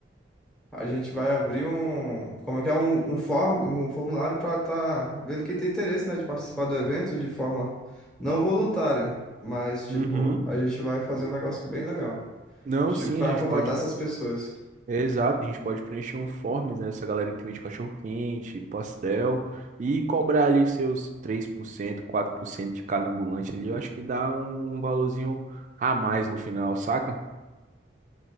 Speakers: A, in the centre; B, on the right.
A: A gente vai abrir um, como é que é, um, um, form, um formulário para estar vendo quem tem interesse, né, de participar do evento de forma não voluntária, mas, tipo,
B: Uhum.
A: a gente vai fazer um negócio bem legal,
B: Não,
A: tipo,
B: sim,
A: para
B: a gente
A: contratar
B: pode.
A: essas pessoas.
B: Exato, a gente pode preencher um forms, né? Essa galera que vende cachorro-quente, pastel, e cobrar ali seus três por cento quatro por cento de cada ambulante ali, eu acho que dá um valorzinho a mais no final, saca?